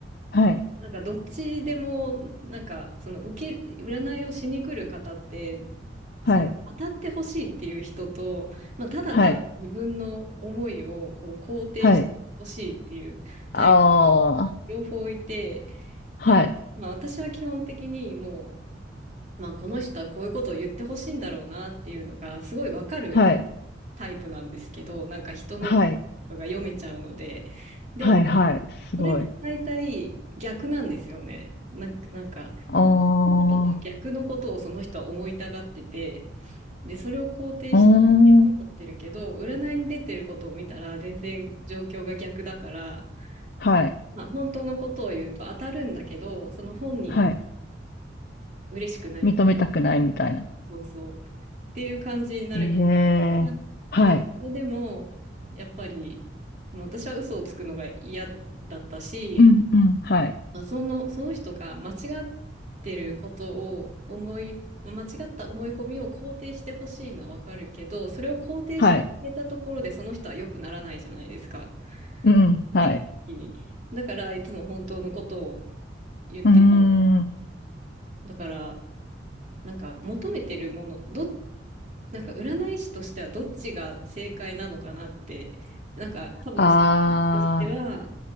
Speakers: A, on the left (about 55°); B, on the right (about 40°).
A: はい。
B: なんかどっちでも、なんかその受け、占いをしに来る方って、
A: はい。
B: その当たってほしいっていう人と、まあ、ただ単に自分の思いをこう肯定してほしいっていうタイプ、
A: はい。はい。ああ。
B: 両方いて、
A: はい。
B: だから、まあ、私は基本的にもう、まあ、この人はこういうことを言ってほしいんだろうなっていうのがすごいわかる
A: はい。
B: タイプなんですけど、なんか人の意図とかが読めちゃうので、
A: はい。
B: でも
A: はい。はい。すごい。
B: それって大体逆なんですよね。なんか、なんか、
A: あ
B: 本当のことと逆のことをその人は思いたがってて、
A: あ。
B: で、それを肯定して思ってるけど、
A: うーん。
B: 占いに出てることを見たら全然状況が逆だから、
A: はい。
B: まあ、本当のことを言うと当たるんだけど、その本人は
A: はい。
B: 嬉しくないっていう、
A: 認めたくないみたいな。
B: そうそう、っていう感じになるか
A: え
B: ら、あまあ、
A: え。はい。
B: それでも、やっぱり、まあ私は嘘をつくのが嫌だったし、
A: うん。うん。はい。
B: まあ、その、その人が間違ってることを思い、間違った思い込みを肯定してほしいのはわかるけど、それを肯定してくれたところでその人は良くならないじゃないですか、
A: はい。うん。はい。
B: 結果的に。だから、いつも本当のことを言ってた。
A: うーん。
B: だから、なんか求めてるもの、ど、なんか占い師としてはどっちが正解なのかなって、なんか多分、
A: ああ。
B: としては